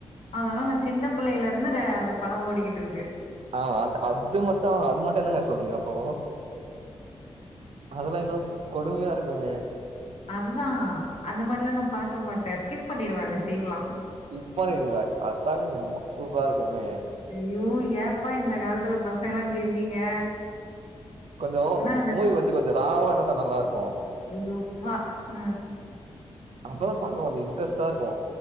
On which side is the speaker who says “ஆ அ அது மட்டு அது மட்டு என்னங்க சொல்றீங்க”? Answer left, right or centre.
Right